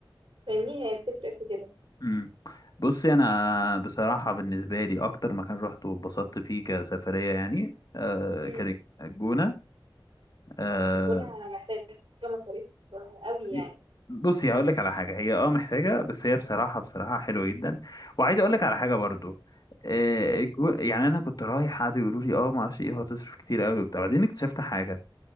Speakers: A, on the right (about 75°); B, on the left (about 50°).
A: فاهمني هي بتفرق في كده
B: مم. بصي انا بصراحه بالنسبه لي اكتر مكان رحت واتبسطت فيه كسفريه يعني آه
A: مم.
B: كانت الجونه آه
A: الجونة محتاجة مصاريف قوي
B: إيه،
A: يعني
B: بصي هقول لك على حاجه هي اه محتاجه بس هي بصراحه بصراحه حلوه جدا وعايز اقول لك على حاجه
A: مم.
B: برضو آه
A: مم.
B: الجو- يعني انا كنت رايح قعدوا يقولوا لي اه ما اعرفش ايه وهتصرف كتير قوي وبتاع بعدين اكتشفت حاجه